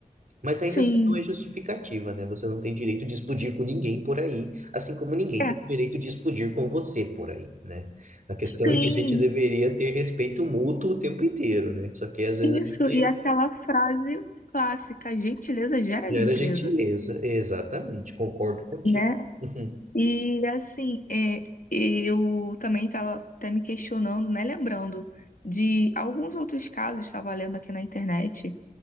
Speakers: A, on the right; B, on the left.
A: Mas ainda
B: Sim.
A: assim não é justificativa, né? Você não tem direito de explodir com ninguém por aí, assim como ninguém
B: É,
A: tem direito de explodir com você por aí, né? A questão
B: sim.
A: é que a gente deveria ter respeito mútuo o tempo inteiro, né? Só que às vezes
B: Isso,
A: a gente
B: e aquela frase clássica, gentileza gera
A: gera
B: gentileza,
A: gentileza. Exatamente, concordo contigo.
B: né?
A: Uhum.
B: E assim, é, eu também estava até me questionando, né? Lembrando de alguns outros casos, estava lendo aqui na internet,